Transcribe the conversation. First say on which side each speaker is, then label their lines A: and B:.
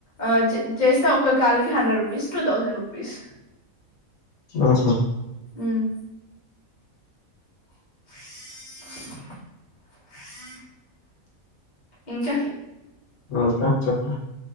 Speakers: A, on the left (about 35°); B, on the left (about 85°).
A: ఆ చే చేస్తే ఒక్క కాల్ కి hundred rupees two thousand rupees
B: ఆహా
A: ఉమ్ <inaudible> ఇంకా
B: ఆ ఇంకా చెప్